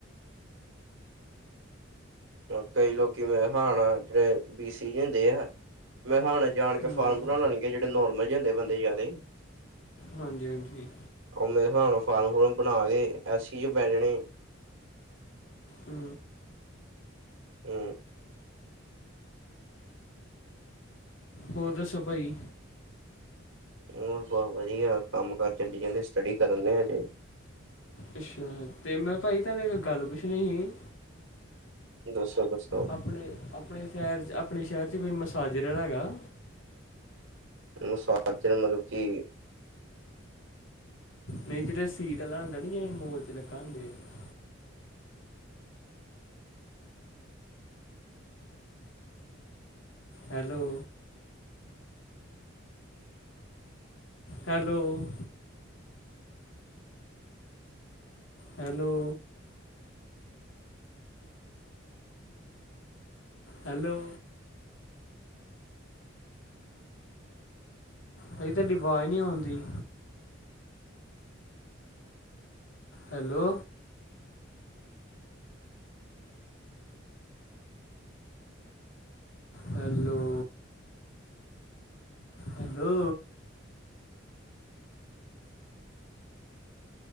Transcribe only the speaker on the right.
ਕਈ ਲੋਕੀ ਮੇਰੇ ਹਿਸਾਬ ਨਾਲ਼, ਜਿਹੜੇ ਬੀ ਸੀ ਦੇ ਹੁੰਦੇ ਆ। ਮੇਰਾ ਹਿਸਾਬ ਨਾਲ ਜਾਣ ਕੇ
ਫਾਰਮ ਭਰਾਉਣ ਆਉਣਗੇ ਜਿਹੜੇ ਨੋਰਮਲ ਜੇ ਹੁੰਦੇ ਜਾਂਦੇ ਬੰਦੇ ਜ਼ਿਆਦਾ ਈ
ਉਹ ਮੇਰੇ ਹਿਸਾਬ ਨਾਲ ਫਾਰਮ ਫੁਰਮ ਬਣਾ ਕੇ ਐਸ ਸੀ ਚ ਪੈ ਜਾਣੇ।
ਹੂ
ਹੋਰ ਬਹੁਤ ਵਧੀਆ, ਕੰਮ ਕਾਰ ਚੱਲੀ ਜਾਂਦੇ, ਸਟੱਡੀ ਕਰਨ ਦੇ ਹਜੇ।
ਦੋ ਸੌ ਕੁ ਸੌ
ਮਸਾਜਰ ਨਾਲ ਮਤਲਬ ਕਿ।